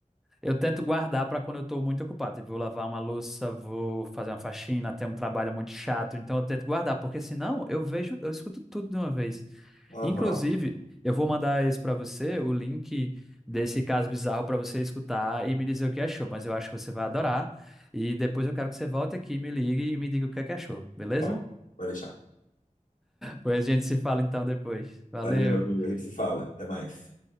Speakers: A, in the centre; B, on the left (about 70°).
A: Eu tento guardar para quando eu tô muito ocupado. Tipo, vou lavar uma louça, vou fazer uma faxina, tem um trabalho muito chato, então eu tento guardar, porque senão eu vejo, eu escuto tudo de uma vez.
B: Aham,
A: Inclusive, eu vou mandar esse para você, o link desse caso bizarro para você escutar e me dizer o que achou, mas eu acho que você vai adorar. E depois eu quero que você volte aqui, me ligue e me diga o que é que achou, beleza?
B: tá bom, vai deixar.
A: Pois a gente se fala então depois. Valeu.
B: Valeu, amigo. A gente se fala. Até mais.